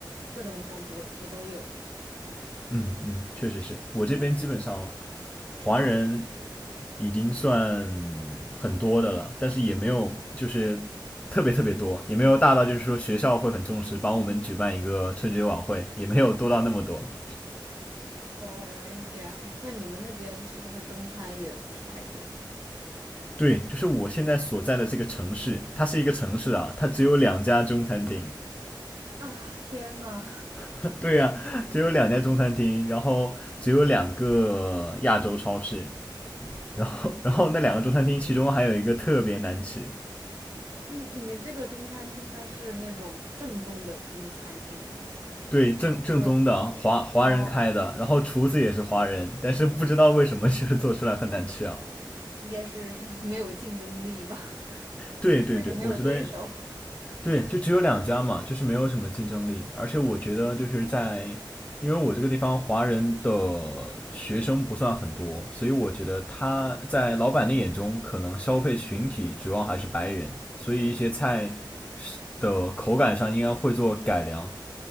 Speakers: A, on the right (about 60°); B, on the left (about 15°).
A: 各种种族的都有。
B: 嗯嗯，确实是我这边基本上华人已经算很多的了，但是也没有就是特别特别多，也没有大到就是说学校会很重视帮我们举办一个春节晚会，也没有多到那么多。
A: 哦，原来是这样。那你们那边是不是中餐也不是太多
B: 对，就是我现在所在的这个城市，它是一个城市啊，它只有两家中餐厅
A: 啊？天呐！
B: <laughs>。对呀、只有两家中餐厅，然后只有两个亚洲超市，然后然后那两个中餐厅其中还有一个特别难吃，
A: 嗯，你这个中餐厅它是那种正宗的中餐厅吗？
B: 对正正宗的华华人开的，
A: 还是说，哦哦，
B: 然后厨子也是华人，但是不知道为什么 <laughs> 就是做出来很难吃啊。
A: 应该是是 <laughs> 没有竞争力吧，<laughs>
B: 对对对，
A: 根本就没有对手。
B: 我觉得对，就只有两家嘛，就是没有什么竞争力，而且我觉得就是在。因为我这个地方华人的学生不算很多，所以我觉得他在老板的眼中，可能消费群体主要还是白人，所以一些菜是的口感上应该会做改良。